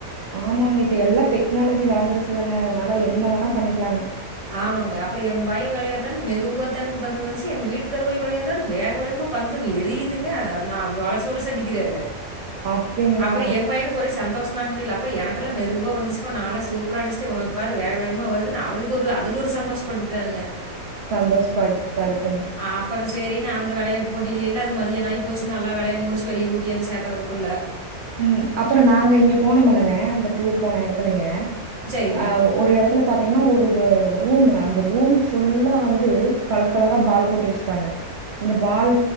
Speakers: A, on the right; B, on the right.
A: ஆமாங்க இப்ப எல்லா டெக்னாலஜி வளர்ந்துருச்சுல்லாங்க அதனால என்ன வேணா பண்ணிக்கலாங்க
B: ஆமாங்க அப்புறே எ பயன் விளையாட்றா மெதுவா தான்ங்க் பந்து வந்துச்சு எங்க வீட்டுக்கார் போய் விளையாட்றாரு வேக வேகமா பந்து எரியுதுங்க நா வளச்சு வளச்சு அடிக்கிறாரு
A: அப்டிங்களா?
B: அப்புறம் என் பையனுக்கு ஒரே சந்தோஷம் தங்க முடியல அப்பா எனக்குல்லா மெதுவா வந்துச்சு ப்பா நாளா சூப்பரா அடிச்சுடே உனக்கு பாரு வேக் வேகமா வருதுனு அவனுக்கு ஒரு அதுல ஒரு சந்தோஷப்பட்டுக்கிட்டானுங்க
A: சந்தோஷப் பட படட்டுங்க
B: அப்புறம் சேரினு அந்த விளையாட்டு போட்டிகள எல்லா அது மதியானம் ஆய் போச்சுங்க எல்லா விளையான் முடிச்சு வெளிய கூட்டியாந்து சேத்துறதுக்குள்ள
A: ம் அப்புறோ நாங்க இங்க போனமல்லங்க அந்த டூர் போன இடத்துலங்க
B: சரிங்க,
A: அ ஒரு இடத்துல பாத்தீங்கன்னா ஒரு ரூமு அந்த ரூம் ஃபுல்லா வந்து கலர் கலரா பால் போட்டு வச்சுட்டாங்க அந்த பால்